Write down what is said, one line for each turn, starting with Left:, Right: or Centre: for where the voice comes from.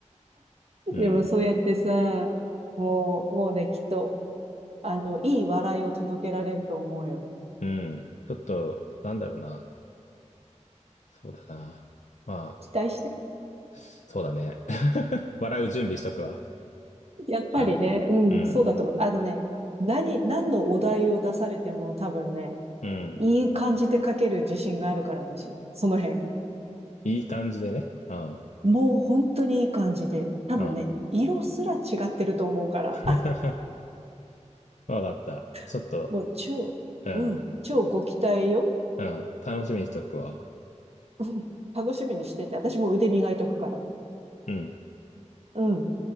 Left: うん。
Right: でもそうやってさ、もう、もうね、きっと、あの、いい笑いを届けられると思うよ。
Left: うん。ちょっと、なんだろうな。そうだな。まあ、
Right: 期待して。
Left: そうだね。<laughs> 笑う準備しとくわ。
Right: <laughs> やっぱりね、
Left: うん。
Right: うん、
Left: うん。
Right: そうだと思う。あのね、何、何のお題を出されても多分ね、
Left: うん。
Right: いい感じで書ける自信があるから、私。その辺。
Left: いい感じでね。うん。
Right: もう本当にいい感じで。多分ね、
Left: うん。
Right: 色すら違ってると思うから。
Left: <laughs> わかった。ちょっと、
Right: <laughs> もう超、
Left: うん。
Right: うん、超ご期待よ。
Left: うん。楽しみにしとくわ。
Right: うん楽しみにしてて、私も腕磨いとくから。
Left: うん。
Right: うん。